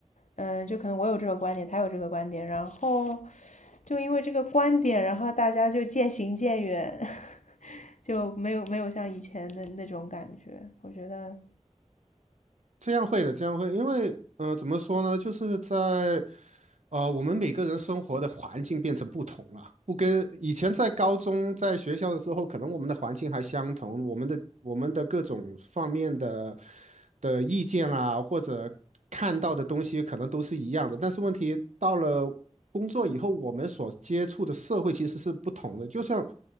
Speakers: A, on the left; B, on the right.
A: 嗯，就可能我有这个观点，他有这个观点，然后就因为这个观点，然后大家就渐行渐远，<laughs> 就没有没有像以前的那种感觉。我觉得
B: 这样会的，这样会，因为嗯、呃怎么说呢，就是在呃，我们每个人生活的环境变成不同了，不跟以前在高中在学校的时候，可能我们的环境还相同，我们的我们的各种方面的的意见啊，或者看到的东西可能都是一样的，但是问题到了工作以后，我们所接触的社会其实是不同的，就像。